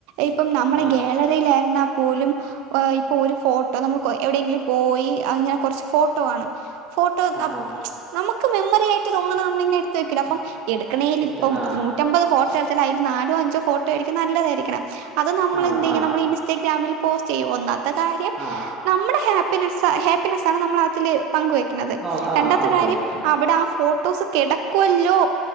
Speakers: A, on the right (about 60°); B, on the right (about 20°).
A: ഇപ്പം നമ്മുടെ
B: ആഹ്
A: ഗാലറിയിലായിരുന്ന പോലും ഇപ്പൊ ഒരു ഫോട്ടോ നമ്മൾ എവിടെയെങ്കിലും പോയി അങ്ങനെ കൊറച്ച് ഫോട്ടോ കാണും ഫോട്ടോ
B: ആഹ്
A: നം
B: ആഹ്
A: നമുക്ക് മെമ്മറി ആയിട്ട് തോന്നത് നമ്മള് ഇങ്ങനെ എടുത്ത് വെക്കൂലെ അപ്പം എടുക്കണേൽ
B: ഇട്ട്
A: ഇപ്പം
B: ആഹ്
A: നൂറ്റമ്പത് ഫോട്ടോ എടുത്തല് അയിൽ നാലോ അഞ്ചോ ഫോട്ടോ ആയിരിക്കും നല്ലതായിരിക്കണം അത് നമ്മൾ
B: ആണ്
A: എന്ത് ചെയ്യും
B: ആഹ്
A: നമ്മൾ ഇൻസ്റ്റാഗ്രാമിൽ പോസ്റ്റ് ചെയ്യും ഒന്നാമത്തെ കാര്യം
B: ആഹ്
A: നമ്മളെ ഹാപ്പിനെസ് ഹാപ്പിനെസ് ആണ് നമ്മള് അതില് പങ്കുവെക്കുന്നത്
B: നോ ആഹ്
A: രണ്ടാമത്തെ
B: ഓക്കെ
A: കാര്യം
B: ഓക്കെ
A: അവിടെ ആ ഫോ ഫോട്ടോസ് കെടക്കുവല്ലോ